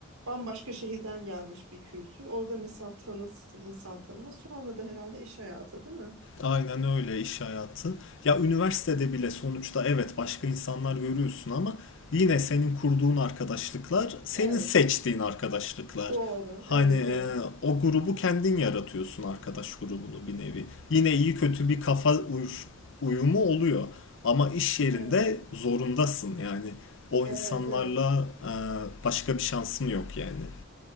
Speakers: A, on the right (about 85°); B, on the left (about 60°).
A: bambaşka şehirden gelmiş bir kültür. Orada mesela tanırsın, insan tanıma. Sonra da herhalde iş hayatı, değil mi?
B: Aynen öyle iş hayatı. Ya üniversitede bile sonuçta evet başka insanlar görüyorsun ama yine senin kurduğun arkadaşlıklar, senin
A: Evet.
B: seçtiğin arkadaşlıklar.
A: Doğru.
B: Hani
A: Evet,
B: e,
A: evet.
B: o grubu kendin yaratıyorsun arkadaş grubunu bir nevi. Yine iyi kötü bir kafa uyuş- uyumu oluyor. Ama iş yerinde
A: Evet.
B: zorundasın yani. O
A: Evet,
B: insanlarla
A: evet.
B: e, başka bir şansın yok yani.